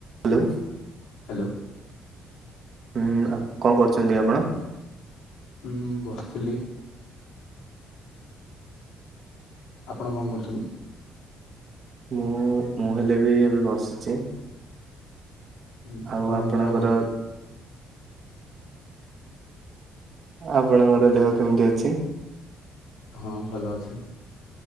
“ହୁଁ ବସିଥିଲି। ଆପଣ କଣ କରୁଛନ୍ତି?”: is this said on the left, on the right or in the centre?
Left